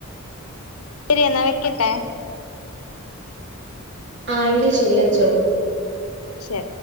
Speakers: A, on the left (about 85°); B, on the right (about 55°).
A: ശരിയെന്നാ വെക്കട്ടെ
B: ആ എങ്കിൽ ശരി വെച്ചോളൂ
A: ശരി